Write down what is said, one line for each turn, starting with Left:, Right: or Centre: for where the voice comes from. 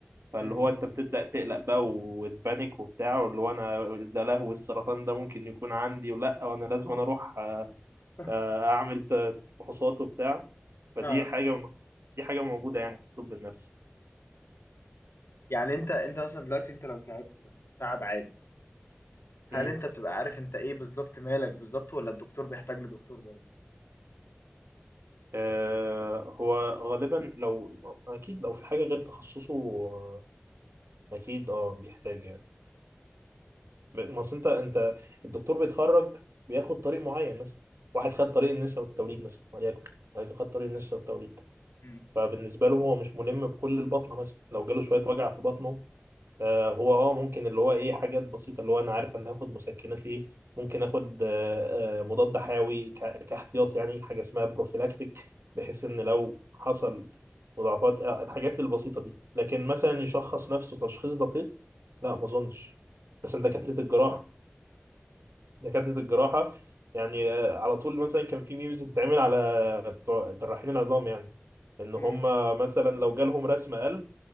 Right: فاللي
Left: مم.
Right: هو انت بتبدأ تقلق بقى وتبانك وبتاع واللي هو انا ده لهو السرطان ده ممكن يكون عندي ولا وانا لازم انا اروح
Left: <laughs>
Right: آه، اعمل ت- فحوصات وبتاع فدي
Left: اه
Right: حاجة دي حاجة موجودة يعني في الطب النفسي
Left: يعني انت انت مثلا دلوقتي انت لو تعبت مثلا تعب عادي هل
Right: امم
Left: انت بتبقى عارف انت ايه بالظبط مالك بالظبط ولا الدكتور بيحتاج لدكتور برضه
Right: آه هو غالبا لو اكيد لو في حاجة غير تخصصه آه، اكيد اه بيحتاج يعني ما اصل انت انت الدكتور بيتخرج بياخد طريق معين مثلا واحد خد طريق النساء والتوليد مثلا وليكن ولكن خد طريق النساء والتوليد
Left: امم
Right: فبالنسبه له هو مش ملم بكل البطنه مثلا لو جاله شويه وجع في بطنه آه هو اه ممكن اللي هو ايه حاجات بسيطه اللي هو انا عارف انا هاخد مسكنات ايه ممكن اخد آه آه، مضاد حيوي ك- كاحتياط يعني حاجه اسمها بروفيلاكتيك بحيث ان لو حصل مضاعفات آه الحاجات البسيطه دي لكن مثلا يشخص نفسه تشخيص دقيق لا ما اظنش بس إن دكاتره الجراحه دكاترة الجراحة يعني آه، على طول مثلا كان في ميمز تتعمل على بتوع جراحين العظام يعني ان
Left: امم
Right: هم مثلا لو جالهم رسم قلب